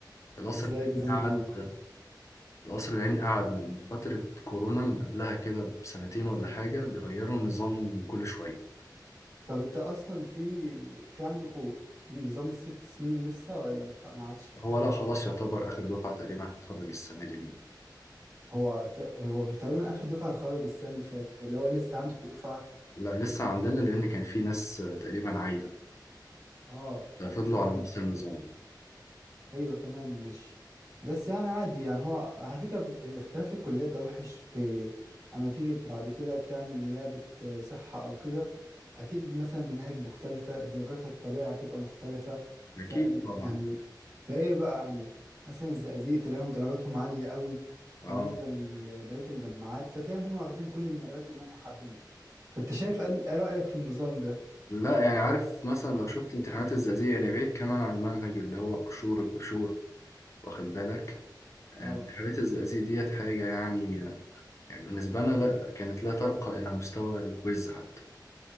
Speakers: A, on the left (about 40°); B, on the right (about 45°).
A: القصر
B: ازاي
A: العيني
B: نظام
A: قعد
B: جديد
A: القصر العيني قعد من فتره كورونا من قبلها كده بسنتين ولا حاجه بيغيروا النظام كل شويه
B: طب انت اصلا في في عندكوا نظام الست سنين لسه ولا ما خ- ما عادش
A: هو لا خلاص يعتبر اخر دفعه تقريبا هتتخرج السنه دي منه
B: هو ت- هو مش تقريبا اخر دفعه اتخرج السنه اللي فاتت ولا هو لسه عندكوا دفعه
A: لا لسه عندنا لان كان في ناس تقريبا عايده
B: اه
A: ففضلوا
B: فهمت
A: على نفس النظام
B: ايوه تمام مش بس يعني عادي يعني هو على فكره الاختلاف في الكليات ده وحش في اما تيجي بعد كده تعمل نيابه صحه او كده اكيد مثلا المناهج مختلفه درجاتها الطبيعي هتبقى مختلفه
A: اكيد
B: ف
A: طبعا
B: يعني فايه بقى يعني مثلا الزقازيق تلاقيهم درجاتهم عاليه قوي
A: اه
B: بالنسبه لبقيه الجامعات فتلاقيهم هم واخدين كل النيابات اللي هم حابينها فانت شايف إن- ايه رايك في النظام ده
A: لا يعني عارف مثلا لو شفت امتحانات الزقازيق يعني بعيد كمان عن المنهج اللي هو قشور القشور واخد بالك آه،
B: اه
A: امتحانات الزقازيق ديت حاجة يعني آه، يعني بالنسبة لنا لا كانت لا ترقى إلى مستوى الكويز حتى